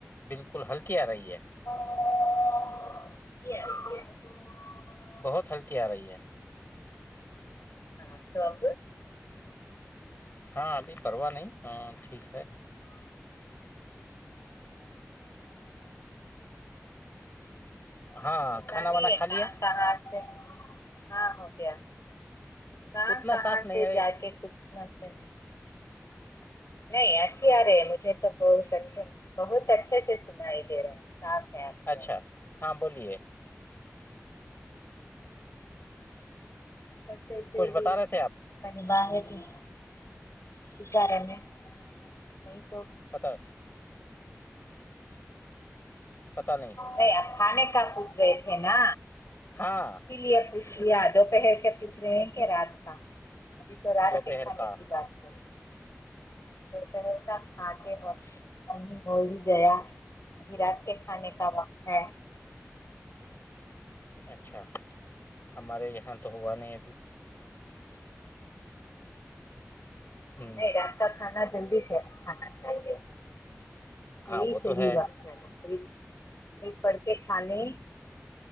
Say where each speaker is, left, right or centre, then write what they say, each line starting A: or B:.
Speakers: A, on the left (about 45°); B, on the left (about 70°).
A: بالکل ہلکی آ رہی ہے
B: <unintelligible>
A: بہت ہلکی آ رہی ہے
B: اچھا تو اب
A: ہاں ابھی پرواہ نہیں ٹھیک ہے ہاں کھانا
B: نہیں
A: وانا
B: ہے
A: کھا
B: کہاں
A: لیا
B: کہ ہات سے ہاں ہو گیا کہاں
A: اتنا
B: کہاں
A: صاف نہیں
B: سے جا کے کچھ نہ سٹ
A: ہچ
B: نہیں اچھی آ رہی ہے مجھے تو بہت اچھے بہت اچھے سے سنائی دے رہا ہے صاف ہے آپ کی
A: اچھا
B: آواز
A: ہاں بولیے
B: بسیس
A: کچھ بتا
B: گ
A: رہے تھے آپ
B: پنی باہر بھی بچار میں نہیں تو
A: پتا پتا نہیں
B: نہیں آپ کھانے کا پوچھ رہے تھے نا
A: ہاں
B: اسی لیے کچھ یادو پہر کے کچھ رہیں گے رات کا ابھی تو راات
A: دوپہر
B: کے کھانے
A: کا
B: کی بات ہے دوپہر کا کھا کے وقت پسانی ہو ہی جیا ابھی رات کے کھانے کا وقت ہے
A: اچھا ہمارے یہاں تو ہوا نہیں ابھی ہ
B: نہیں رات کا کھانا جلدی کھانا چاہیے
A: ہاں
B: یہی
A: وہ
B: صحیح
A: تو ہے
B: بات قری قریب پڑ کے کھانے